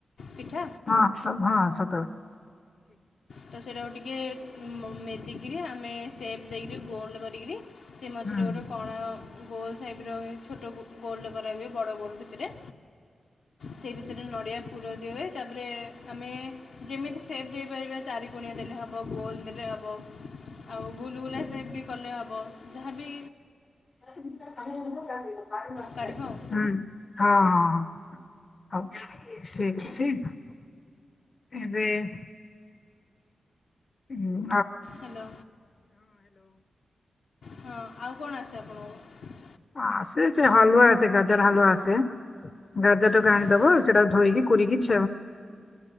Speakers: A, on the left (about 75°); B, on the left (about 45°).
A: ପିଠା।
B: ହଁ ସ ହଁ ସତବେ
A: ତ ସେଇଟାକୁ ଟିକେ। ମେଦିକିରି ଆମେ ସେପ୍ ଦେଇକରି ଗୋଲ୍ଡ଼ କରିକରି। ସେ ମଝିରୁରୁ
B: ହୁଁ
A: ଗୋଟେ କଣା। ଗୋଲ ସେଏପର ଛୋଟ ଗୋଲ୍ କରାହୁଏ। ବଡ଼ ଗୋଲ୍ ବି <inaudible> ସେଇ ଭିତରେ ନଡିଆ ପୁର ଦି ହଏ। ତା ପରେ। ଆମେ ଯେମିତି ସେ ସେପ୍ ଦେଇପାରିବା। ଚାରି କଣିଆ ଦେଲେ ହେବ। ଗୋଲ୍ ଦେଲେ ହେବ ହବ ଆଉ ଗୁଲଗୁଲା ସେଭ୍ ବି କଲେ ହବ। ଯାହାବି।
B: ହୁଁ ହଁ
A: କାଢ଼ିବ
B: ହଁ।
A: ଆଉ
B: ହଉ ସେଠ <inaudible> ଏବେ। ହୁଁ।
A: ହ୍ୟାଲୋ ହଁ ଆଉ କଣ ଆସ ଆପଣଙ୍କୁ।
B: ଆସେ ସେ ହାଲୁଆ ଆସେ ଗାଜର ହାଲୁଆ ଆସେ। ଗାଜରଟାକୁ
A: ହୁଁ
B: ଆଣିଦବ ସେଟା ଧୋଇକି କରିକି <inaudible>